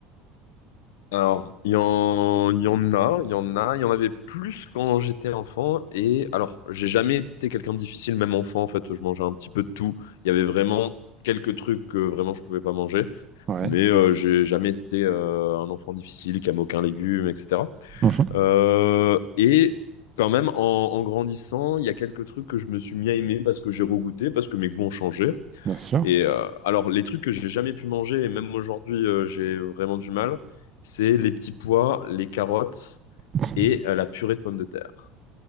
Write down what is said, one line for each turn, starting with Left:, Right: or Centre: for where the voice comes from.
Left: Alors, il y en, il y en a, il y en a, il y en avait plus quand j'étais enfant. Et alors, j'ai jamais été quelqu'un de difficile, même enfant, en fait, je mangeais un petit peu de tout. Il y avait vraiment quelques trucs que vraiment je pouvais pas manger.
Right: Ouais.
Left: Mais euh, j'ai jamais été euh, un enfant difficile qui aime aucun légume, etc.
Right: Mhm.
Left: Euh, et quand même, en, en grandissant, il y a quelques trucs que je me suis mis à aimer parce que j'ai regoûté, parce que mes goûts ont changé.
Right: Bien sûr.
Left: Et euh, alors, les trucs que j'ai jamais pu manger, et même aujourd'hui, euh, j'ai vraiment du mal, c'est les petits pois, les carottes
Right: <laughs>
Left: et euh, la purée de pommes de terre.